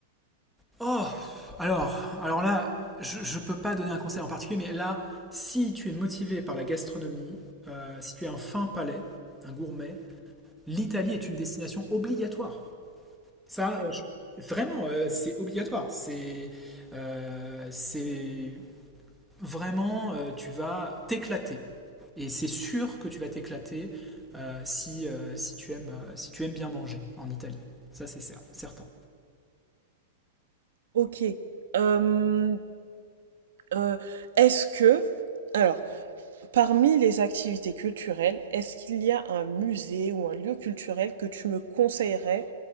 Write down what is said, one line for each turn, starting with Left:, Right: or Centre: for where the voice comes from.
Centre: Oh, alors, alors là, je ne peux pas donner un conseil en particulier, mais là, si tu es motivé par la gastronomie, euh, si tu es un fin palais, un gourmet, l'Italie est une destination obligatoire. Ça, euh, je- vraiment, euh, c'est obligatoire. C'est euh, c'est vraiment, euh, tu vas t'éclater. Et c'est sûr que tu vas t'éclater euh, si, euh, si tu aimes, euh, si tu aimes bien manger en Italie. Ça, c'est cer- certain.
Right: Ok. Euh, euh, est-ce que, alors, parmi les activités culturelles, est-ce qu'il y a un musée ou un lieu culturel que tu me conseillerais